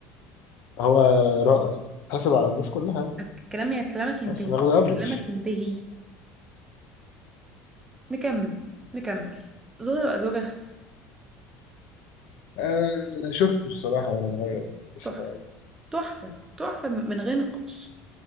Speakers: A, on the left; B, on the right.
A: هو رائع حاسب على الناس كلها
B: طب كلامي كلامك ينتهي
A: بس ناخده افريج
B: كلامك ينتهي نكمل نكمل زوجة وأزواجها الخمسة
A: آه شفته الصراحة وأنا صغير قشطة
B: تحفة
A: يعني
B: تحفة تحفة من غير نقاش